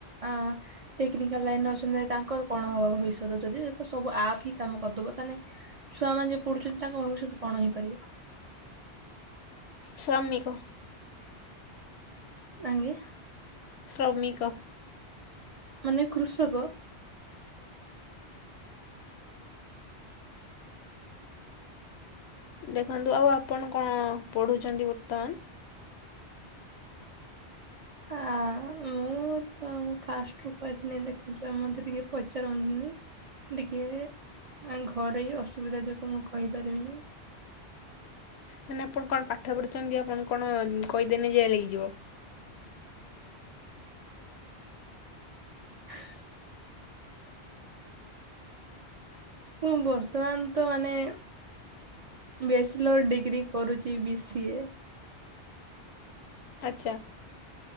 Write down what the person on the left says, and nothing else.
ଶ୍ରମିକ।
ଶ୍ରମିକ।
ଦେଖନ୍ତୁ ଆଉ ଆପଣ କଣ ପଢ଼ୁଚନ୍ତି ବର୍ତ୍ତମାନ?
ମାନେ ଆପଣ କଣ ପାଠ ପଢୁଚନ୍ତି ଆପଣ କଣ କହିଦେନେ ଜେଲ୍ ହେଇଯିବ।
ଆଚ୍ଛା।